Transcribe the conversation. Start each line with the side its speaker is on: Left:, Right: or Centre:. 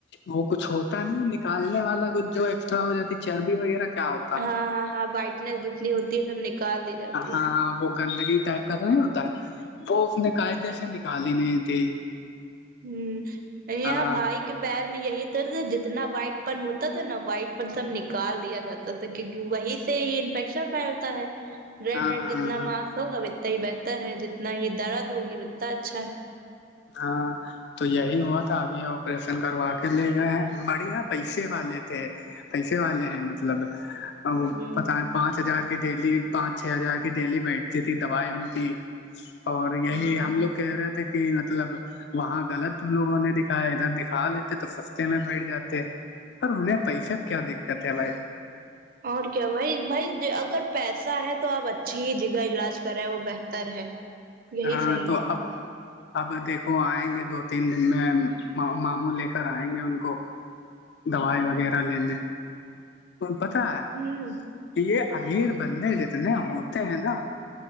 Left: وہ کچھ ہوتا نہیں نکالنے والا کچھ جو ایکسٹرا ہو جاتی چربی وغیرہ کیا ہو
Right: ہاں ہاں ہاں وائٹنس جتنی ہوتی ہے سب نکال دی جاتی ہے
Left: ہاں وہ گندگی ٹائپ کا تو نہیں ہوتا ہے وہ اس نے قاعدے سے نکالی نہیں تھی
Right: ہوں یہ
Left: ہاں
Right: بھائی کے پیر میں یہی تر جتنا وائٹ پن ہوتا تھا نا وائٹ پن سب نکال دیا جاتا کیونکہ وہی سے ہی انفیکشن پھیلتا ہے ریڈ
Left: ہاں
Right: ریڈ جتنا
Left: ہاں ہاں
Right: ماس ہوگا اتنا ہی بہتر ہے جتنا ہی درد ہوگی اتنا اچھا ہے
Left: ہاں تو یہی ہوا تھا ابھی آپریشن کروا کے لے گئے ہیں بڑھیا پیسے والے تھے پیسے والے ہیں مطلب وہ
Right: ہوں
Left: پتا ہے پانچ ہزار ڈیلی پانچ چھ ہزار کی ڈیلی بیٹھتی تھی دوائی ان کی اور یہی
Right: ہوں
Left: ہم لوگ کہہ رہے تھے کہ مطلب وہاں غلط ت لوگوں نے دکھایا ادھر دکھا لیتے تو سستے میں بیٹھ جاتے پر انہیں پیسے کیا دقت ہے بھائی
Right: اور کیا بھائی بھائی اگر پیسہ ہے تو آپ اچھی جگہ علاج کرے وہ بہتر ہے یہی
Left: ہاں
Right: صحیح
Left: تو
Right: ہے
Left: اب اب دیکھو آئیں گے دو تین دن میں ماموں لے کر آئیں گے ان کو دوائی وغیرہ لینے پتا ہے
Right: ہوں
Left: یہ امیر بندے جتنے ہوتے ہیں نا